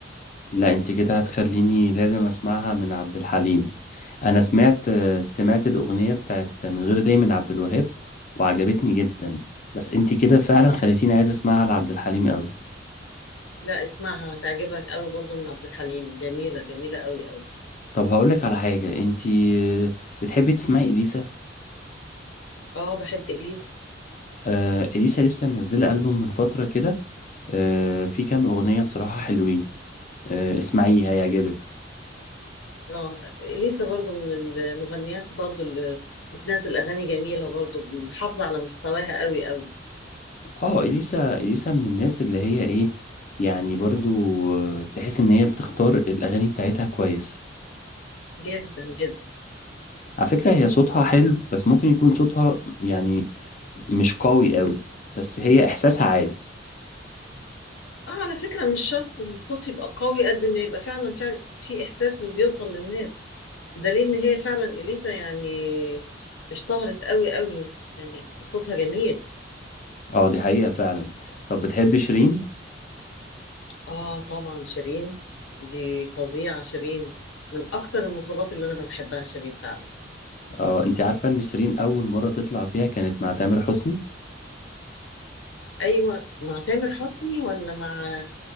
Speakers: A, on the left; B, on the left.
A: لا انت كده هتخليني لازم أسمعها من عبد الحليم أنا سمعت آه،
B: اه
A: سمعت الأغنية بتاعت من غير ليه من عبد الوهاب وعجبتني جدا بس انت كده فعلا خليتيني عايز أسمعها لعبد الحليم قوي
B: لا اسمعها هتعجبك قوي برضو من عبد الحليم جميلة جميلة قوي قوي
A: طب هقولك على حاجة انتي بتحبي تسمعي إليسا
B: اه بحب إليسا
A: آه إليسا لسه منزلة ألبوم من فترة كده آه في كام أغنية بصراحة حلوين آه اسمعيه هيعجبك
B: اه اليسا برضو من المغنيات برضو اللي بتنزل اغاني جميله برضو محافظه على مستواها قوي قوي
A: اه إليسا إليسا من الناس اللي هي ايه يعني برضو آه تحس ان هي بتختار الأغاني بتاعتها كويس
B: جدا جدا
A: على فكرة هي صوتها حلو بس ممكن يكون صوتها يعني مش قوي قوي بس هي إحساسها عالي
B: اه على فكره مش شرط الصوت يبقى قوي قد ما يبقى فعلا فعلا في احساس وبيوصل للناس دليل ان هي فعلا اليسا يعني اشتهرت قوي قوي يعني صوتها جميل
A: اه دي حقيقة فعلا طب بتحبي شيرين
B: اه طبعا شيرين دي فظيعه شيرين من اكتر المطربات اللي انا بحبها شيرين فعلا
A: اه انت عارفة ان شيرين اول مرة تطلع فيها كانت مع تامر حسني
B: ايوه مع تامر حسني ولا مع